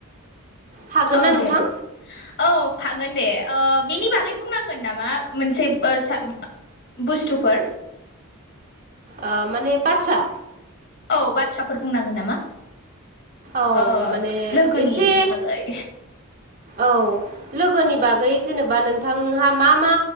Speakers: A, on the right (about 40°); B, on the left (about 50°).
A: हागोन
B: औ
A: ना नोंथां
B: दे औ हागोन दे ओ बेनि बागै बुंनांगोन नामा मोनसे ओ सा बुस्थुफोर
A: आ माने बाथ्रा
B: औ बाथ्राफोर बुंनांगोन नामा?
A: औ
B: आ
A: माने
B: लोगोनि
A: एसे
B: बागाय
A: औ लोगोनि बागै जेनेबा नोंथांहा मा मा?